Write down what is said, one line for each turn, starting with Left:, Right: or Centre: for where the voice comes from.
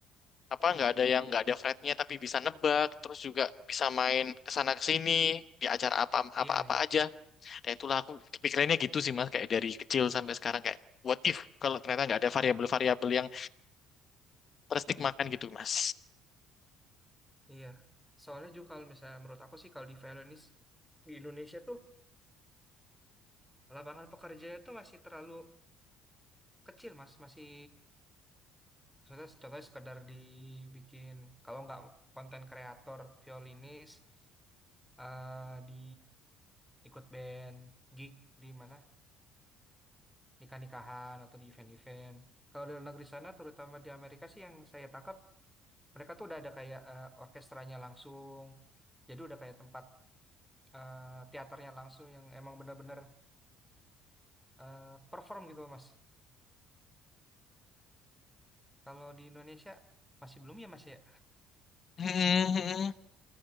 Left: apa nggak ada yang nggak ada fretnya tapi bisa nebak terus juga bisa main kesana kesini di acara apa
Centre: Iya,
Left: apa apa
Centre: iya.
Left: aja nah itulah aku kepikirannya gitu sih mas kayak dari kecil sampai sekarang kayak what if kalau ternyata nggak ada variabel-variabel yang terstigmakan gitu mas
Centre: Iya. Soalnya juga kalau misalnya menurut aku sih kalau di violinis di Indonesia tuh lapangan pekerjaannya tuh masih terlalu kecil, Mas. Masih maksudnya contohnya sekedar dibikin kalau nggak konten kreator violinis eh di ikut band gig di mana nikah-nikahan atau di event-event. Kalau di luar negeri sana, terutama di Amerika sih yang saya tangkap Mereka tuh udah ada kayak eh, orkestranya langsung. Jadi udah kayak tempat eh, teaternya langsung yang emang bener-bener eh, perform gitu Mas. Kalau di Indonesia masih belum ya Mas ya?
Left: Hmm,